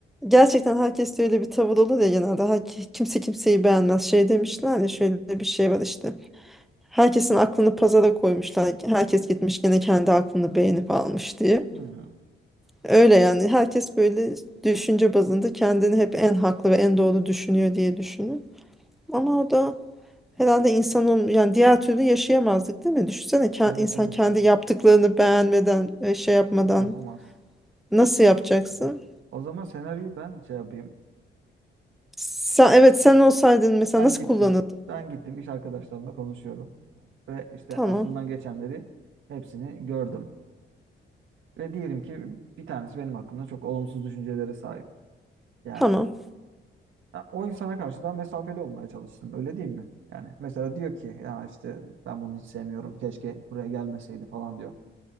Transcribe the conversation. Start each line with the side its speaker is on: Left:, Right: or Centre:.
Centre: gerçekten herkes de öyle bir tavır olur ya genelde. Herke- kimse kimseyi beğenmez. Şey demişler ya şöyle bir şey var işte. Herkesin aklını pazara koymuşlar. Herkes gitmiş gene kendi aklını beğenip almış diye.
Right: Hmm.
Centre: Öyle yani. Herkes böyle düşünce bazında kendini hep en haklı ve en doğru düşünüyor diye düşünür. Ama o da herhalde insanın yani diğer türlü yaşayamazdık değil mi? Düşünsene ke-
Right: Evet
Centre: insan
Right: evet
Centre: kendi
Right: ya
Centre: yaptıklarını beğenmeden e, şey yapmadan
Right: yapamaz.
Centre: nasıl yapacaksın?
Right: O zaman senaryoyu ben şey yapayım.
Centre: Sen, evet sen olsaydın mesela
Right: Ben
Centre: nasıl
Right: gittim.
Centre: kullanırdın?
Right: Ben gittim. iş arkadaşlarımla konuşuyorum. Ve işte
Centre: Tamam.
Right: aklımdan geçenleri hepsini gördüm. Ve diyelim ki bir tanesi benim hakkımda çok olumsuz düşüncelere sahip. Yani
Centre: Tamam.
Right: ya o insana karşı daha mesafeli olmaya çalıştım. Öyle değil mi? Yani mesela diyor ki ya işte ben bunu hiç sevmiyorum. Keşke buraya gelmeseydi falan diyor.